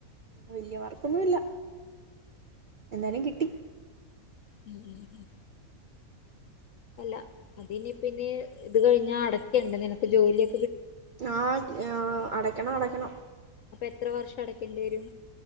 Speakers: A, on the right (about 60°); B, on the left (about 70°).
A: വല്യാ മാർക്കൊന്നും ഇല്ല എന്നാലും കിട്ടി
B: ഉം ഉം ഉം ല്ല അതിനി പിന്നെ ഇത് കഴിഞ്ഞ അടക്കേണ്ടേ നിനക്ക് ജോലിയൊ
A: ആ ആ അടയ്ക്കണം അടയ്ക്കണം
B: അപ്പൊ എത്ര വർഷം അടക്കേണ്ടി വരും